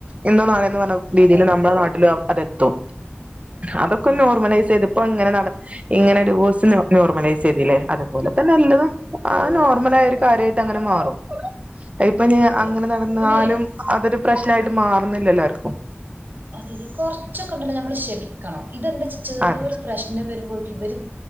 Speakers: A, on the right; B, on the right.
A: ഇന്നോ നാളെ ന്ന് പറഞ്ഞ രീതില്
B: അതെ അതെ
A: നമ്മളെ നാട്ടിലും അതെത്തും. അതൊക്കെ
B: ഉം
A: നോർമലൈസ് ചെയ്ത് ഇപ്പൊ ഇങ്ങനെ നട ഇങ്ങനെ ഡിവോഴ്സ് നോർമലൈസ് ചെയ്തില്ലേ? അതുപോലെ തന്നെ എല്ലതും. ആ
B: അതെ
A: നോർമലായ
B: അതെ
A: ഒരു കാര്യായിട്ട് അങ്ങനെ മാറും. അയിപ്പൊ
B: അതെ
A: അങ്ങനെ
B: അതെ
A: നടന്നാലും
B: അതെ
A: അതൊരു പ്രശ്നമായിട്ട് മാറുന്നില്ലല്ലോ ആർക്കും.
B: അതെ അതെ കൊറച്ചൊക്കണ്ടല്ലോ നമ്മൾ ക്ഷമിക്കണം. ഇതെന്താച്ചാ ചെറിയോരു
A: അതെ
B: പ്രശ്നം വരുമ്പോക്ക് ഇവര്